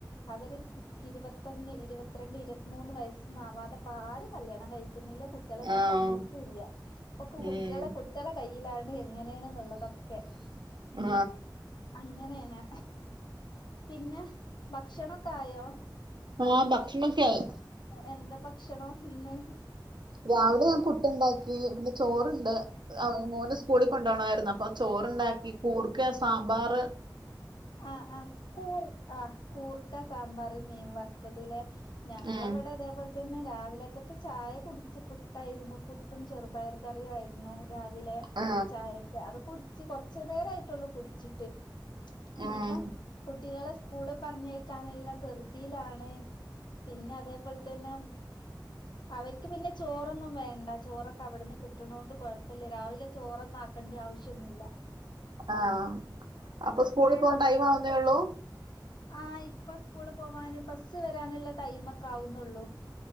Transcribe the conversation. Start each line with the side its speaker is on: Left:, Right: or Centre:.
Left: അവരും ഇരുപത്തൊന്ന്, ഇരുപത്തിരണ്ട്, ഇരുപത്തിമൂന്ന് വയസ്സൊന്നുംആവാതെപ്പോ ആരും കല്യാണം കഴിക്കുന്നില്ല കുട്ട്യേള് റ്റെ
Right: ആഹ്
Left: സമ്മിയിക്കുല്ല ഇപ്പൊ കുട്ടികള
Right: ഉം
Left: കുട്ടികളെ കയ്യിലാണ് എങ്ങനെയാണ് ന്നുള്ളതൊക്കെ
Right: ആ
Left: അങ്ങനെയാണ് പിന്നെ ഭക്ഷണൊക്കെ ആയോ
Right: ആഹ് ഭക്ഷണോക്കായി
Left: എന്താ ഭക്ഷണം ഇന്ന്
Right: രാവിലെ ഞാൻ പുട്ട്ണ്ടാക്കി പിന്നെ ചോറണ്ട്. ആഹ് മോന്റെ സ്കൂളി കൊണ്ടോണയിരുന്നു അപ്പൊ ചോറണ്ടാക്കി കൂർക്ക, സാമ്പാർ
Left: ആ ആ കൂർ ആഹ് കൂർക്ക, സാമ്പാർ, മീൻ വറുത്തതിലെ ഞങ്ങള
Right: ഉം.
Left: അവിടെ അതേപോലെ തന്നെ രാവിലക്കത്ത് ചായ കുടിച്ച് പുട്ടായിരുന്നു. പുട്ടും ചെറുപയറും കറിയുആയിരുന്നു രാവിലെ
Right: ആ
Left: ചായക്. അത് കുടിച്ച് കൊറച് നേരയിട്ടുള്ളൂ കുടിച്ചിട്ട് ഇനിയിപ്പം
Right: ഉം.
Left: കുട്ടികളെ സ്കൂള് പറഞ്ഞയ്ക്കാനുള്ള ധൃതിയിലാണ് പിന്നെ അതേപോലെ തന്നെ അവർക്ക് പിന്നെ ചോറൊന്നും വേണ്ട ചോറൊക്കെ അവിടന്ന് കിട്ടണത കൊണ്ട് കൊഴപ്പില്ലേ രാവിലെ ചോറൊന്ന ആകണ്ടിയ ആവശ്യന്നുമല്ല
Right: ആഹ് അപ്പൊ സ്കൂളിൽ പോകൻ
Left: കൊ
Right: ടൈം ആവുന്നേള്ളൂ
Left: ആ ഇപ്പ സ്കൂള് പോവാന് ബസ് വരാനുള്ള ടൈം ഒക്കെ ആവുന്നുള്ളൂ